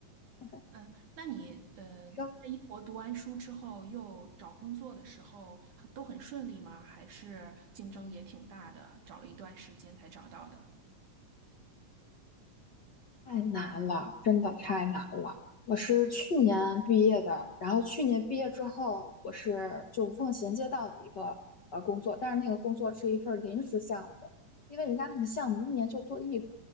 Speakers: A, on the left; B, on the right.
A: <laughs>
B: 嗯，那你，呃，
A: 说。
B: 在英国读完书之后，又找工作的时候很都很顺利吗？还是竞争也挺大的，找了一段时间才找到的？
A: 太难了，真的太难了。我是去年毕业的，然后去年毕业之后，我是就无缝衔接到了一个呃工作，但是那个工作是一份儿临时项目，因为人家那个项目一年就做一回